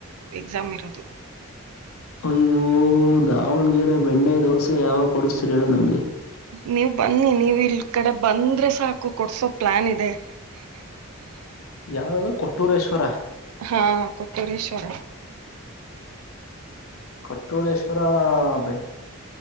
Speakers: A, on the right; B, on the left.
A: ಎಕ್ಸಾಮ್ ಇರೋದು
B: ಅಯ್ಯೋ ದಾವಣಗೆರೆ ಬೆಣ್ಣೆ ದೋಸೆ ಯಾವ ಕೊಡಿಸತರಿ ಹೇಳು ನಮ್ಗೆ
A: ನೀವ್ ಬನ್ನಿ ನೀವ್ ಇಲ್ ಕಡೆ ಬಂದ್ರೆ ಸಾಕು ಕೊಡ್ಸೋ ಪ್ಲಾನ್ ಇದೆ ಹ್ಮ
B: ಯಾವ್ದೋ ಕೊಟ್ಟೂರೇಶ್ವರ
A: ಹಾ ಕೊಟ್ಟೂರೇಶ್ವರ
B: ಕೊಟ್ಟೂರೇಶ್ವರಬೇ